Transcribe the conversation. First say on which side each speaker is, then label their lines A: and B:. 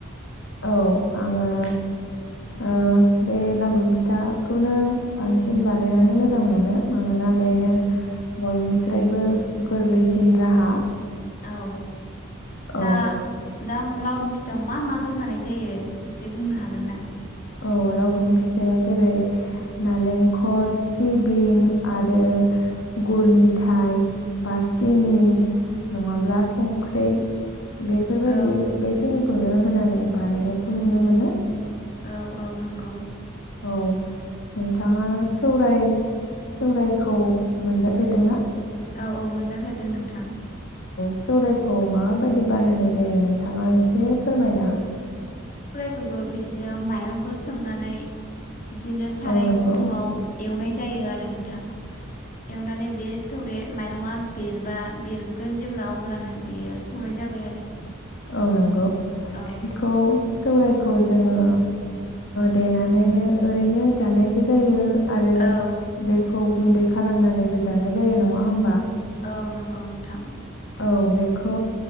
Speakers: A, on the left; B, on the left.
A: औ आङो ओ बे लावदुम फिथाखौनो बांसिन बानायनानै मोजां मोनो मानोना बेनो बयनिस्रायबो गोरलैसिन राहा
B: औ
A: औ
B: दा दा लावदुम फिथायाव मा मा होफानाय जायो एसे बुंनो हागोन ना?
A: औ लावदुम फिथायाव जेरै नालेंखर सिबिं आरो गुर मिथाइ बा सिनि नङाब्ला संख्रि बेफोरबायदि
B: औ
A: बेखिनिखौनो होनानै बानायनायखौ नुनो मोनो।
B: औ औ नंगौ
A: औ नोंथाङा सौराय सौरायखौ मोनजाफेरदोंना?
B: औ औ मोनजाफेरदों नोंथां
A: सौरायखौ माबायदि बानायनाय जायो नों नथाङा एसे फोरमायना हागोन
B: खौबो बिदिनो माइरंखौ सोमनानै बिदिनो साराय
A: औ नंगौ
B: गुदुङाव एवनाय जायो आरो नोंथां एवनानै बे सौरे माइरङा बेरबा बेरगोन जेब्ला अब्लानो बेयो सौराय जाबाय आरो
A: औ नंगौ
B: औ
A: बेखौ सौरायखौ जोङो देनानैनो ओरैनो जानायबो जायो आरो
B: औ
A: बेखौ गुन्दै खालामनानैबो जानाय जायो नङा होमबा
B: औ नंगौ नोंथां
A: औ बेखौ